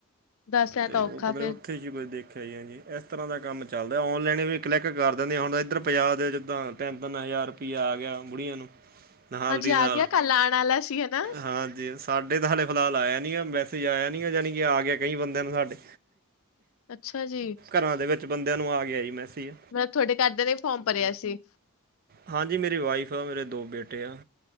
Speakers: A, on the left; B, on the right.
A: ਦੱਸ ਐ
B: ਤੇ
A: ਤਾਂ ਔਖਾ
B: ਉਹ ਮਤਲਬ
A: ਫੇਰ
B: ਉੱਥੇ ਜ ਕੁਝ ਦੇਖਿਆ ਜੀ ਹ ਜੀ ਇਸ ਤਰ੍ਹਾਂ ਦਾ ਕੰਮ ਚੱਲਦਾ ਔਨਲਾਈਨ ਵੀ ਕਲਿੱਕ ਕਰ ਦਿੰਦੇ ਆ ਹੁਣ ਇੱਧਰ ਪੰਜਾਬ ਦੇ ਜਿੱਦਾਂ ਤਿੰਨ -ਤਿੰਨ ਹਜ਼ਾਰ ਕੀ ਆ ਗਿਆ ਬੁੜੀਆਂ ਨੂੰ ਨਾਲ
A: ਹਾਂਜੀ
B: ਦੀ ਨਾਲ
A: ਆ ਗਿਆ ਕੱਲ ਆਉਣ ਵਾਲਾ ਸੀ ਹਨਾ
B: ਹਾਂਜੀ ਸਾਡੇ ਤਾਂ ਹਾਲੇ ਫਿਲਹਾਲ ਆਇਆ ਨੀ ਆ, ਮੈਸੇਜ ਆਇਆ ਨੀ ਆ ਜਾਣੀ ਕਿ ਆ ਗਿਆ ਕਈ ਬੰਦਿਆਂ ਨੂੰ ਸਾਡੇ।
A: ਅੱਛਾ ਜੀ
B: ਘਰਾਂ ਦੇ ਵਿੱਚ ਬੰਦਿਆਂ ਨੂੰ ਆ ਗਿਆ ਜੀ ਮੈਸੀਜ।
A: ਮੈਂ ਤੁਹਾਡੇ ਘਰਦੇ ਨੇ ਫੋਰਮ ਭਰਿਆ ਸੀ।
B: ਹਾਂਜੀ ਮੇਰੀ ਵਾਈਫ ਆ, ਮੇਰੇ ਦੋ ਬੇਟੇ ਆ।